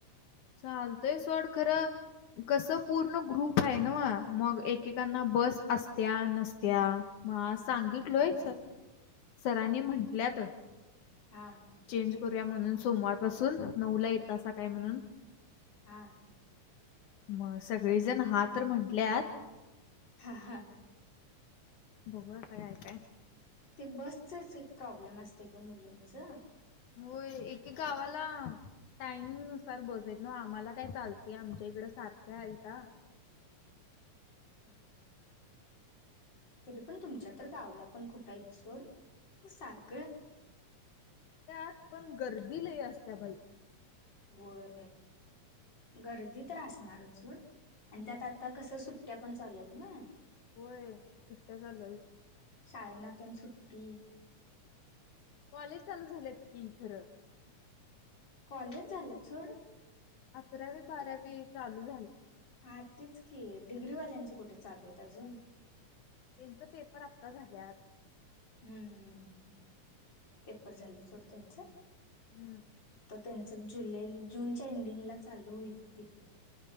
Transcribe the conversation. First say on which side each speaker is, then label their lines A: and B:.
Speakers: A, on the left; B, on the left.
A: चालतय सोड खरं कस पूर्ण ग्रुप आहे ना मग एकेकांना बस असत्या नसत्या मास् सांगितलोय
B: हा हा
A: सर सरांनी म्हटल्यात
B: हा
A: चेंज करया म्हणून सोमवार पासून नऊ ला येतं असा काय म्हणून
B: हा
A: मग सगळेजण हा तर म्हंटल्यात
B: हा हा
A: बघर करायचय
B: ते बसचेच एक प्रॉब्लेम असते का मुलींच
A: होय एके गावाला टाईमुसार बसत ना आम्हाला काय चालतेय आमच्या इकड सारख्या इथ
B: होय तरी पण तुमच्या तर गावला पण कुठंही जोड हे सारखं
A: त्यात पण गर्दी ल असत्या बाई
B: होय गर्दी तर रा असणार चूड आणि
A: होय
B: त्यात आता कसं सुट ्या पण चालू आहेत ना
A: होय सुट्या झाचालय
B: शाळे नात्यान सुट्टी
A: कॉलेज चालू झालेत की खरं
B: कॉलेज झालं चड
A: अकरावी बारावी चाल <inaudible>
B: हा तेच की डिग्रीवाल्यांचं कुठे चालूेत अजून
A: त्यांच पेपर आता झाल्यात
B: हम्म पेपर झाले थोड त्यांच
A: हम्म
B: त्यांच जुलै जूनच्या एंडिंगला चालू होईलतील